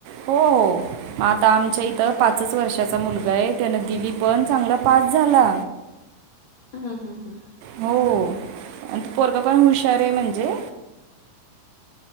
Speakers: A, on the right; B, on the left.
A: हो. मग आता आमच्या इथं पाचच वर्षाचा मुलगा आहे त्यान दिली पण चांगला पास झाला.
B: हं हं हं.
A: हो आणि तो पोरगा पण हुशारय म्हणजे.